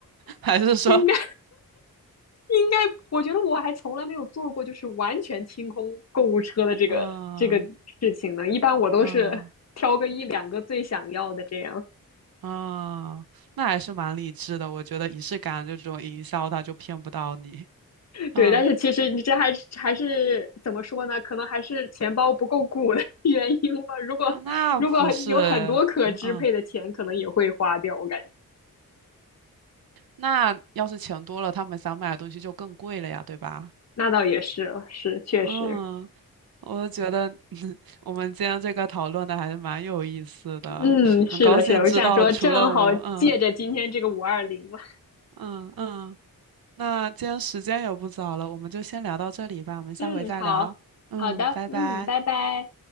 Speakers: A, on the right; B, on the left.
A: 还是说，
B: 应该应该，我觉得我还从来没有做过就是完全清空购物车的这个这个事情呢。
A: 啊
B: 一般我都是挑个一两个最想要的这样。
A: 啊啊，那还是蛮理智的。我觉得仪式感这种营销，他就骗不到你。嗯，
B: 对，但是其实你这还是还是怎么说呢？可能还是钱包不够鼓的原因吧。如果如果有很多可支配的钱，
A: 啊那不是，嗯嗯，
B: 可能也会花掉。我感觉
A: 那要是钱多了，他们想买的东西就更贵了呀，对吧？
B: 那倒也是，是确实，
A: 嗯，我觉得 <laughs> 我们今天这个讨论的还是蛮有意思的，
B: 嗯，是的，
A: 很高兴知道除了我，
B: 是的。我想说，正好借着今天这个五二零嘛，
A: 嗯嗯嗯，那今天时间也不早了，我们就先聊到这里吧，我们下回再聊。
B: 嗯，好，
A: 嗯，
B: 好的，
A: 拜拜。
B: 嗯，拜拜。